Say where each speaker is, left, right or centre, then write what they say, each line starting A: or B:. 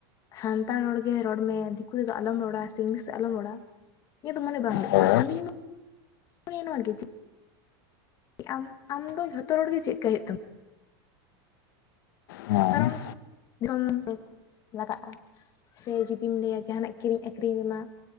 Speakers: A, on the left; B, on the left.
A: ᱥᱟᱱᱛᱟᱲ ᱨᱚᱲ ᱜᱮ ᱨᱚᱲ ᱢᱮ ᱫᱤᱠᱩ ᱛᱮᱫᱚ ᱟᱞᱚᱢ ᱨᱚᱲᱟ ᱥᱮ ᱤᱝᱞᱤᱥ ᱛᱮ ᱟᱞᱚᱢ ᱨᱚᱲ ᱤᱧᱟᱹᱜ ᱫᱚ ᱢᱚᱱᱮ ᱵᱟᱝ ᱦᱩᱭᱩᱜ
B: ᱦᱮᱸ
A: ᱛᱤᱧᱟᱹ ᱤᱧ ᱫᱚᱧ ᱢᱚᱱᱮᱭᱟ ᱱᱚᱣᱟ ᱜᱮ ᱪᱮᱫ ᱟᱢ ᱟᱢ ᱫᱚ ᱡᱷᱚᱛᱚ ᱨᱚᱲ ᱜᱮ ᱪᱮᱫ ᱠᱟᱜ ᱦᱩᱭᱩᱜ ᱛᱟᱢᱟ᱾
B: ᱦᱮᱸ
A: ᱠᱟᱨᱚᱱ
B: ᱦᱮᱸ ᱦᱮᱸ ᱦᱮᱸ ᱦᱮᱸ ᱦᱮᱸ ᱦᱮᱸ
A: ᱡᱚᱢ ᱞᱟᱜᱟᱜ-ᱟ ᱾ ᱥᱮ ᱡᱩᱫᱤᱢ ᱞᱟᱹᱭᱟ ᱡᱟᱦᱟᱱᱟᱜ ᱠᱤᱨᱤᱧ ᱟᱹᱠᱷᱨᱤᱧ ᱨᱮᱢᱟ